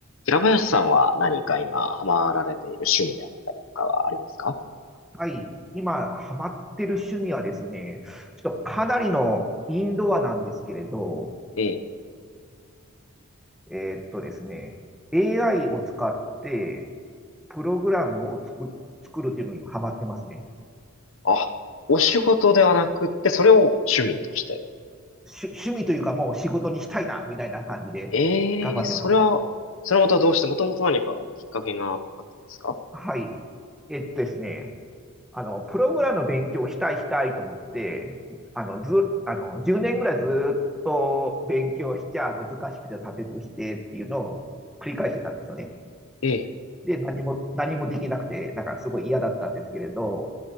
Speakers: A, on the left; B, in the centre.
A: 平林さんは何か今ハマられている趣味であったりとかはありますか
B: はい。今、ハマってる趣味はですね、ちょっとかなりのインドアなんですけれど、
A: ええ、
B: えーっとですね、AI を使ってプログラムを作る、作るっていうのにハマってますね。
A: あ、お仕事ではなくって、それを趣味として。
B: 趣、趣味というかもう仕事にしたいな、みたいな感じで頑張ってます。
A: ええそれは、それはまたどうして、もともと何かきっかけがあったんですか
B: はい。えっとですね、あの、プログラムの勉強をしたいしたいと思って、あの、ず、あの、10年ぐらいずっと勉強しちゃ難しくて立てずしてっていうのを繰り返してたんですよね。
A: ええ、
B: で、何も、何もできなくて、なんかすごい嫌だったんですけれど、